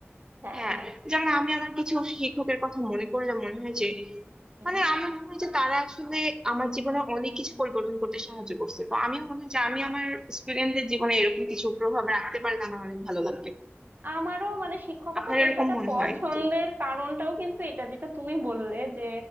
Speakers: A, on the right; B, on the right.
A: হ্যাঁ
B: হ্যাঁ
A: হ্যাঁ
B: যেমন আমি আমার কিছু শিক্ষকের কথা মনে করলে মনে হয় যে
A: হুম।
B: মানে আমি মনে হয় যে তারা আসলে আমার জীবনে অনেক কিছু পরিবর্তন করতে সাহায্য করছে তো আমি মনে হয় যে আমি আমার স্টুডেন্টদের জীবনে এরকম কিছু প্রভাব রাখতে পারলে আমার অনেক ভালো লাগবে
A: আমারও মানে শিক্ষকতা
B: আপনার
A: পেশাটা
B: এরকম মনে
A: পছন্দের
B: হয় তো
A: কারণটাও কিন্তু এটা যেটা তুমি বললে যে